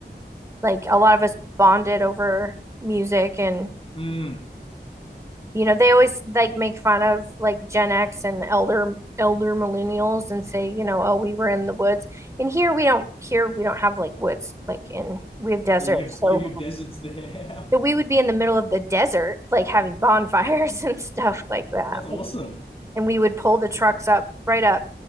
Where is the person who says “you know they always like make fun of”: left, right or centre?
Right